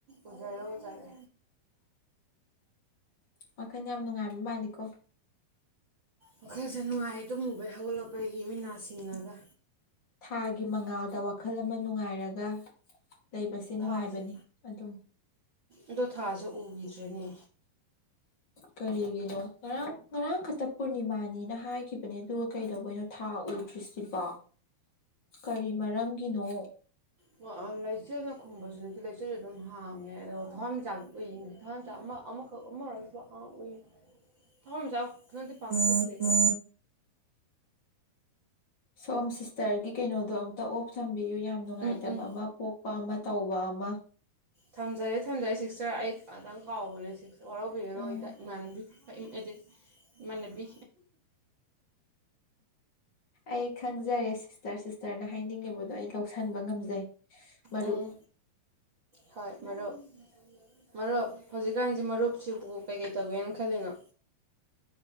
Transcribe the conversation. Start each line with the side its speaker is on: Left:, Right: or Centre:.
Right: ꯎꯖꯔꯦ ꯎꯖꯔꯦ
Left: ꯋꯥꯈꯟ ꯌꯥꯝ ꯅꯨꯡꯉꯥꯏꯕ ꯃꯥꯜꯂꯤꯀꯣ
Right: ꯋꯥꯈꯜꯖꯦ ꯅꯨꯡꯉꯥꯏꯌꯦ ꯇꯨꯝꯃꯨꯕꯩ ꯍꯧꯒꯠꯂꯛꯄꯒꯤ ꯃꯤꯠ ꯅꯥ ꯁꯤꯡꯉꯒꯥ
Left: ꯊꯥꯒꯤ ꯃꯉꯥꯜꯗ ꯋꯥꯈꯜ ꯑꯃ ꯅꯨꯡꯉꯥꯏꯔꯒ ꯂꯩꯕꯁꯦ ꯅꯨꯡꯉꯥꯏꯕꯅꯤ
Right: ꯊꯥꯁꯦ
Left: ꯑꯗꯨꯝ
Right: ꯑꯗꯣ ꯊꯥꯁꯦ ꯎꯈꯤꯗ꯭ꯔꯅꯦ
Left: ꯀꯔꯤꯒꯤꯅꯣ ꯉꯔꯥꯡ ꯉꯔꯥꯡꯈꯠꯇ ꯄꯨꯔꯅꯤꯃꯥꯅꯤꯅ ꯍꯥꯏꯈꯤꯕꯅꯦ ꯑꯗꯨꯒ ꯀꯩꯗꯧꯕꯩꯅꯣ ꯊꯥ ꯎꯗ꯭ꯔꯤꯁꯤꯕ ꯀꯔꯤ ꯃꯔꯝꯒꯤꯅꯣ
Right: ꯉꯑꯥ ꯂꯩꯆꯤꯜꯅ ꯈꯨꯝꯕꯁꯨ ꯅꯠꯇꯦ ꯂꯩꯆꯤꯜ ꯑꯗꯨꯝ ꯍꯥꯡꯉꯦ ꯑꯗꯣ ꯊꯋꯥꯟꯃꯤꯆꯥꯛꯇ ꯂꯣꯏ ꯌꯦꯡꯉꯗꯤ ꯊꯋꯥꯟꯃꯤꯆꯥꯛ ꯑꯃ ꯑꯃꯈꯛ ꯑꯃꯔꯥ ꯁꯤꯕꯣ ꯑ ꯎꯏ ꯊꯋꯥꯟꯃꯤꯆꯥꯛ ꯍꯟꯗꯛꯇꯤ ꯄꯥꯛ ꯊꯣꯛꯇꯦꯀꯣ
Left: ꯁꯣꯝ ꯁꯤꯁꯇ꯭ꯔꯒꯤ ꯀꯩꯅꯣꯗꯣ ꯑꯝꯇ ꯑꯣꯐ ꯊꯝꯕꯤꯌꯨ ꯌꯥꯝ ꯅꯨꯡꯉꯥꯏꯇꯕ
Right: ꯎꯝ ꯎꯝ
Left: ꯑꯃ ꯄꯣꯛꯄ ꯑꯃ ꯇꯧꯕ ꯑꯃ
Right: ꯊꯝꯖꯔꯦ ꯊꯝꯖꯔꯦ ꯁꯤꯛꯁꯇ꯭ꯔ ꯑꯩ ꯉꯥꯇꯪ ꯀꯥꯎꯕꯅꯦ ꯁꯤ ꯋꯥꯔꯧꯕꯤꯒꯅꯣ
Left: ꯎꯝ
Right: ꯑꯩꯗ ꯏꯃꯥꯟꯅꯕꯤ ꯍꯣꯏ ꯏꯝ ꯑꯩꯗꯦ ꯏꯃꯥꯟꯅꯕꯤ
Left: ꯑꯩ ꯈꯪꯖꯔꯦ ꯁꯤꯁꯇ꯭ꯔ ꯁꯤꯁꯇ꯭ꯔꯅ ꯍꯥꯏꯅꯤꯡꯂꯤꯕꯗꯣ ꯑꯩ ꯂꯧꯁꯟꯕ ꯉꯝꯖꯩ ꯃꯔꯨꯞ
Right: ꯎꯝ ꯍꯣꯏ ꯃꯔꯨꯞ ꯃꯔꯨꯞ ꯍꯧꯖꯤꯛꯀꯥꯟꯖꯤ ꯃꯔꯨꯞ ꯁꯤꯕꯨ ꯀꯩ ꯀꯩ ꯇꯧꯒꯦꯅ ꯈꯜꯂꯤꯅꯣ